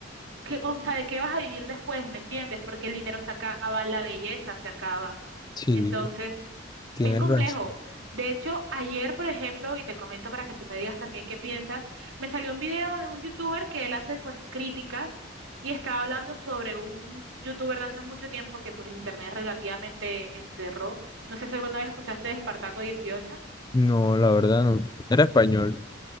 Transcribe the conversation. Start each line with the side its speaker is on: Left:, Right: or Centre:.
Right: ¿qué, o sea, ¿de qué vas a vivir después? ¿Me entiendes? Porque el dinero se acaba, la belleza se acaba.
Left: Sí,
Right: Entonces,
Left: tienes
Right: es complejo.
Left: razón.
Right: De hecho, ayer, por ejemplo, y te comento para que tú me digas también qué piensas, me salió un video de un youtuber que él hace pues críticas y estaba hablando sobre un youtuber de hace mucho tiempo que pues el internet relativamente enterró. No sé si alguna vez escuchaste de Espartaco 18.
Left: No, la verdad no. Era español.